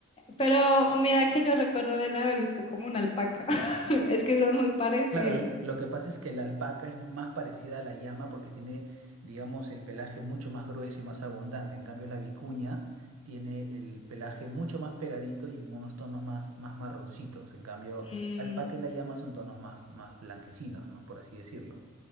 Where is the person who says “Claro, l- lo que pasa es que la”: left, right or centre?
Right